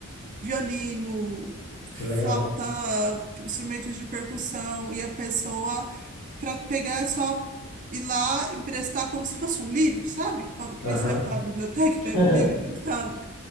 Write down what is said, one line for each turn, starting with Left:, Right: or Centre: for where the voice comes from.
Right: violino,
Left: que legal.
Right: flauta, instrumentos de percussão, e a pessoa, para pegar, é só ir lá emprestar como se fosse um livro, sabe? Quando, que
Left: Aham.
Right: nem você vai para a biblioteca e
Left: <laughs>
Right: pega um livro emprestado.